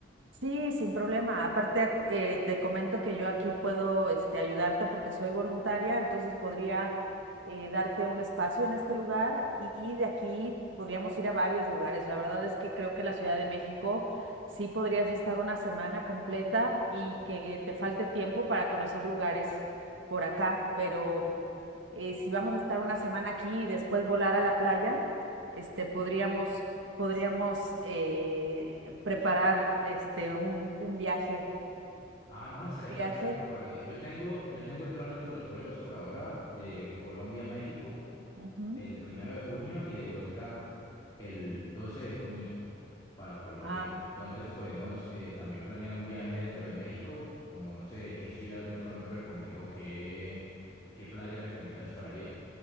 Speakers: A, on the right (about 80°); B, on the left (about 20°).
A: Sí, sin problema. Aparte, eh, te comento que yo aquí puedo este, ayudarte porque soy voluntaria, entonces podría eh, darte un espacio en este lugar y de aquí podríamos ir a varios lugares. La verdad es que creo que la Ciudad de México sí podrías estar una semana completa y que te falte tiempo para conocer lugares por acá, pero eh, si vamos a estar una semana aquí y después volar a la playa, este, podríamos, podríamos eh, preparar este, un, un viaje.
B: Ah, no, estaría
A: Viaje.
B: perfecto, vale. Yo tengo, yo tengo solamente los vuelos por ahora de Colombia a México
A: ujú,
B: el primero de junio y de vuelta el 12 de junio. para Colombia.
A: a-
B: Entonces podemos eh, también planear un viaje dentro de México, como no sé, qué ciudad de pronto recomiendas o qué, qué playas recomiendas para ir.